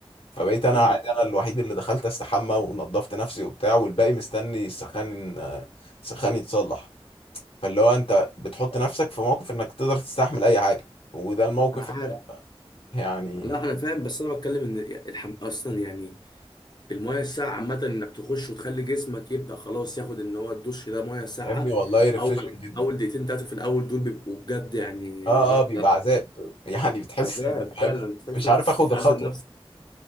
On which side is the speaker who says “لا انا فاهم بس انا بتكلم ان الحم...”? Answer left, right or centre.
Left